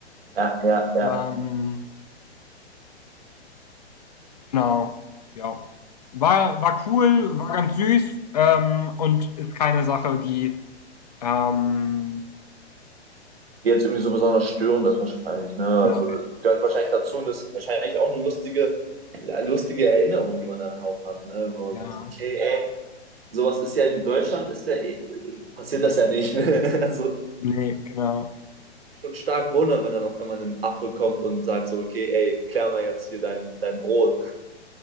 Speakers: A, on the right; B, on the left.
A: Ja, ja, ja.
B: Ähm, genau, ja. War, war cool, war ganz süß ähm, und ist keine Sache, die. Ähm,
A: Die jetzt irgendwie so besonders störend ist wahrscheinlich, ne?
B: genau,
A: Also gehört wahrscheinlich dazu und ist wahrscheinlich auch eine lustige, lustige Erinnerung, die man dann auch hat, ne? Wo
B: ja,
A: man sagt, so, okay, ey, sowas ist ja in Deutschland, ist ja, eh- passiert das ja nicht. <laughs> Also
B: nee, genau.
A: schon stark wundern, wenn dann auf einmal ein Affe kommt und sagt so, okay, ey, klär mal jetzt hier dein, dein Brot.